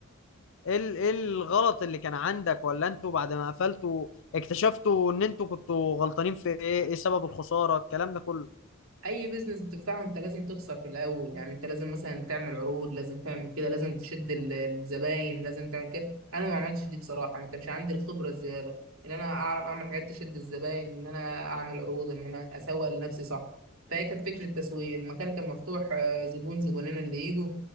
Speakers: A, on the left (about 65°); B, on the right (about 75°).
A: ايه ال- ايه الغلط اللي كان عندك ولا انتوا بعد ما قفلتوا اكتشفتوا ان انتوا كنتوا غلطانين في ايه ايه سبب الخسارة الكلام ده كله
B: اي بيزنس بتفتحه انت لازم تخسر في الاول يعني انت لازم مثلا تعمل عروض لازم تعمل كده لازم تشد ال- الزباين لازم تعمل كده انا ما عملتش دي بصراحه ما كانش عندي الخبره الزياده ان انا اعرف اعمل حاجات تشد الزباين ان انا اعمل عروض ان انا اسوق لنفسي صح فهي كانت فكره التسويق المكان كان مفتوح آه، زبون زبونين اللي يجوا